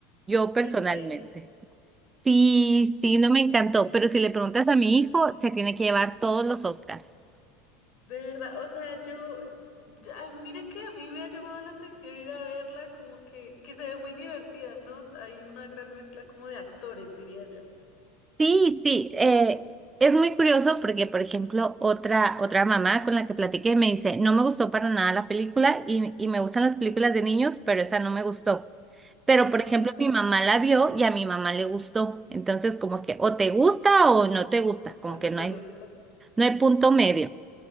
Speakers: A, on the right (about 20°); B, on the left (about 55°).
A: yo personalmente.
B: En serio.
A: Sí, sí, no me encantó, pero si le preguntas a mi hijo, se tiene que llevar todos los Oscars.
B: De verdad, o sea, yo, ah, mira que a mí me ha llamado la atención ir a verla, como que, que se ve muy divertida, ¿no? Hay una gran mezcla como de actores, diría yo.
A: Sí, sí, eh, es muy curioso porque, por ejemplo, otra, otra mamá con la que platiqué me dice, no me gustó para nada la película y, y me gustan las películas de niños, pero esa no me gustó. Pero,
B: Wow,
A: por ejemplo, mi mamá la vio y a mi mamá le gustó. Entonces, como que o te gusta o no te gusta, como
B: o no
A: que no
B: te
A: hay,
B: gusta.
A: no hay punto medio,